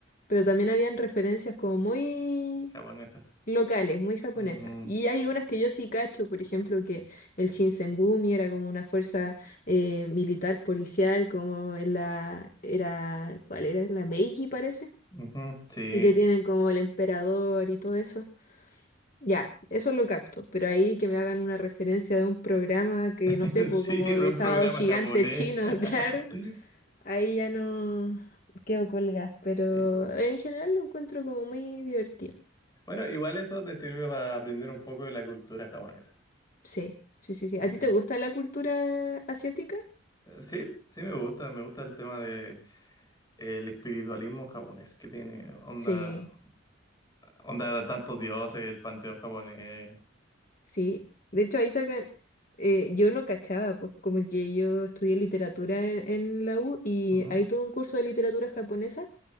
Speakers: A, on the left (about 40°); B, on the left (about 20°).
A: pero también habían referencias como muy
B: Japonesa.
A: locales, muy japonesas.
B: Ujú,
A: Y hay unas que yo sí cacho, por ejemplo, que el Shinsengumi era como una fuerza eh, militar policial, como en la, era, ¿cuál era? La Meiji, parece
B: ujú, Sí,
A: y que tienen como el emperador y todo eso. Ya, eso lo capto, pero ahí que me hagan una referencia de un programa que
B: <laughs>
A: no sé, pues
B: sí,
A: como
B: es un
A: de Sábado
B: programa
A: Gigante
B: japonés.
A: chino, <laughs> claro,
B: <laughs>
A: ahí ya no quedo colgada, pero
B: Sí.
A: en general lo encuentro como muy divertido.
B: Bueno, igual eso te sirve para aprender un poco de la cultura japonesa.
A: Sí, sí, sí, sí.
B: Mm.
A: ¿A ti te gusta la cultura asiática?
B: Eh, Sí, sí me gusta, me gusta el tema de el espiritualismo japonés que tiene onda,
A: Sí,
B: onda de tantos dioses, el panteón japonés.
A: sí. De hecho, ahí sacan, eh, yo no cachaba, pues como que yo estudié literatura en, en la U y
B: Ujú.
A: hay todo un curso de literatura japonesa.